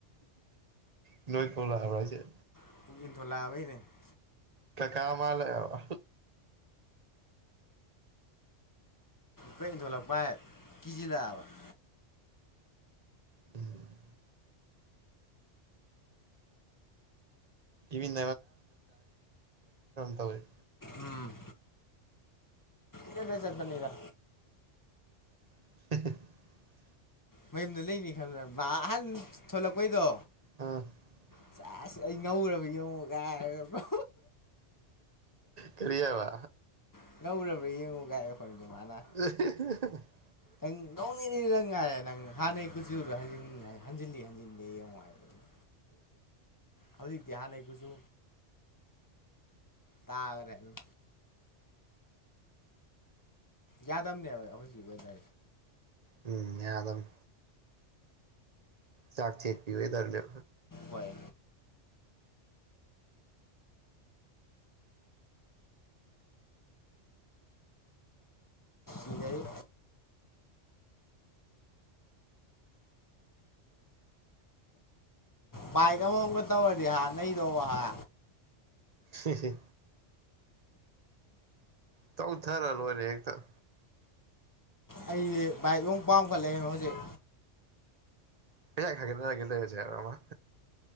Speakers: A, on the right; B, on the left.
A: ꯅꯣꯏ <unintelligible> ꯍꯥꯏꯁꯦ
B: <inaudible>
A: ꯀ ꯀꯥ ꯃꯥꯜꯂꯛꯑꯦꯕ
B: ꯀꯤꯖꯤꯟꯂꯛꯑꯕ <inaudible>
A: ꯎꯝ <inaudible> <unintelligible> ꯀꯩꯅꯣꯝ ꯇꯧꯏ
B: ꯎꯝ ꯆꯠꯂꯦ ꯆꯠꯄꯅꯤꯗ
A: <inaudible>
B: ꯃꯌꯨꯝꯗ ꯂꯩꯅꯤ ꯈꯪꯗ ꯑꯍꯟ ꯊꯣꯂꯛꯄꯩꯗꯣ
A: <unintelligible>
B: ꯁꯦꯖ ꯑꯩ <unintelligible>
A: ꯀꯔꯤ ꯍꯥꯏꯕ
B: <unintelligible>
A: ꯑꯦ
B: ꯅꯪ ꯅꯣꯡ ꯅꯤꯅꯤꯗ ꯉꯥꯏꯔꯦ ꯅꯪ ꯍꯥꯟꯅꯩ ꯀꯨꯆꯨꯗ ꯍꯟꯖꯤꯒꯗꯕ ꯍꯟꯖꯤꯟꯗꯦ ꯌꯦꯡꯉꯨ ꯍꯥꯏꯕꯅꯤ ꯍꯧꯖꯤꯛꯇꯤ ꯍꯥꯟꯅꯩ ꯀꯨꯆꯨ ꯇꯥꯈ꯭ꯔꯦ ꯑꯗꯨꯝ ꯌꯥꯗꯝꯅꯦꯕ ꯑꯩꯈꯣꯏꯗꯤ
A: ꯎꯝ ꯌꯥꯗꯝꯅꯤ ꯆꯥꯛꯆꯠ ꯄꯤ ꯑꯣꯏꯗꯔꯅꯦ
B: ꯍꯣꯏ ꯃꯦ ꯃꯥꯏꯕ ꯑꯃꯃꯝꯒ ꯇꯧꯔꯗꯤ ꯍꯥ ꯅꯩꯗꯣ ꯍꯥ
A: ꯍ ꯍꯦ ꯇꯧꯊꯔ ꯂꯣꯏꯔꯦ ꯍꯦꯛꯇ
B: ꯑꯩ ꯕꯥꯏꯛ ꯑꯃꯨꯛ ꯄꯥꯝꯈꯠꯂꯛꯑꯦ ꯍꯧꯖꯤꯛ
A: <inaudible> ꯂꯩꯔꯁꯦ ꯍꯥꯏꯔꯣ ꯑꯃ